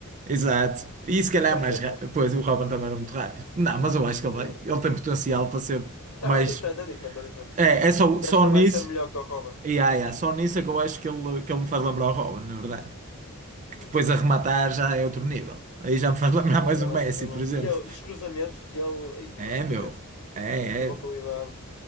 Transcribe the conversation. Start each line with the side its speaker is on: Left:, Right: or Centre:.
Right: exato. E se calhar
Left: <laughs>
Right: é mais rápido. Pois, o Robin também era muito rápido. Não, mas eu acho que ele
Left: Yeah.
Right: vai, ele tem potencial para ser mais.
Left: Não, é diferente, é diferente, é diferente.
Right: É, é só,
Left: E
Right: só
Left: acho que ele
Right: nisso.
Left: vai ser melhor que o Robin.
Right: E ai, ai, só nisso é que eu acho que ele, que ele me faz lembrar o Robin, na verdade.
Left: Uhum.
Right: Depois a rematar já é outro nível. Aí já me faz <laughs> lembrar
Left: Yeah,
Right: mais
Left: ele
Right: o Messi,
Left: é muito bom.
Right: por exemplo.
Left: E, eu- e os cruzamentos dele, aí,
Right: É,
Left: mano, não
Right: meu.
Left: esquece.
Right: É,
Left: Bom, com uma
Right: é.
Left: qualidade.